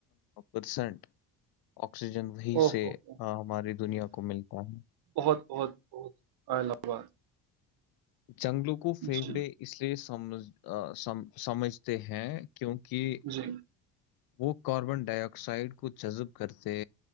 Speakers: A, on the left; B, on the right.
A: پرسنٹ آکسیجن وہی
B: اوہ
A: سے
B: اوہ اوہ،
A: ہماری دنیا کو ملتا ہے
B: بہت بہت بہت ال آباد
A: جنگلوں کو پھیپڑے
B: جی
A: اس لیے سمجھم سمجھتے ہیں کیونکہ
B: جی
A: وہ کاربن ڈائی آکسائڈ کو جذب کرتے